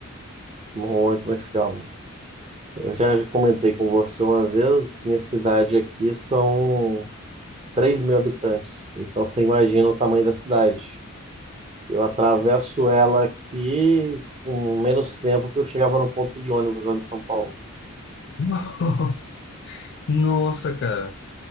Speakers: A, on the right; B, on the left.
A: Muito mais calmo. Eu já comentei com você uma vez, minha cidade aqui são três mil habitantes, então você imagina o tamanho da cidade. Eu atravesso ela aqui com menos tempo que eu chegava no ponto de ônibus lá em São Paulo.
B: Nossa, <laughs> nossa, cara.